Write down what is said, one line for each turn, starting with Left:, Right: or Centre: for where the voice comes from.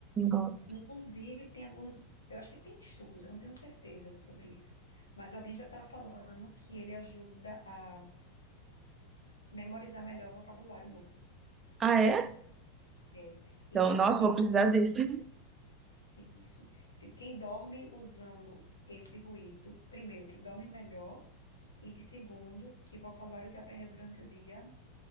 Right: Nossa.
Left: Inclusive, tem alguns. Eu acho que tem estudos, eu não tenho certeza sobre isso. Mas alguém já está falando que ele ajuda a memorizar melhor vocabulário novo.
Right: Ah, é?
Left: É.
Right: Então,
Left: E a
Right: nossa,
Left: dormir
Right: vou
Left: também.
Right: precisar desse.
Left: Isso. Se quem dorme usando esse ruído, primeiro, que dorme melhor, e segundo, que o vocabulário que aprendeu durante o dia